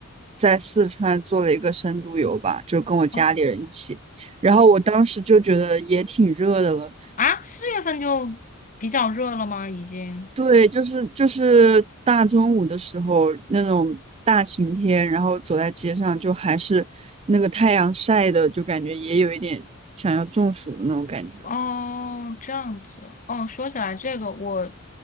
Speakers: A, on the right; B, on the left.
A: 在四川做了一个深度游吧，就跟我家里人一起。
B: 哦，
A: 然后我当时就觉得也挺热的了，
B: 啊，四月份就比较热了吗？已经？
A: 对，就是就是大中午的时候那种大晴天，然后走在街上，就还是那个太阳晒的，就感觉也有一点想要中暑的那种感觉。
B: 哦，这样子。哦，说起来这个，我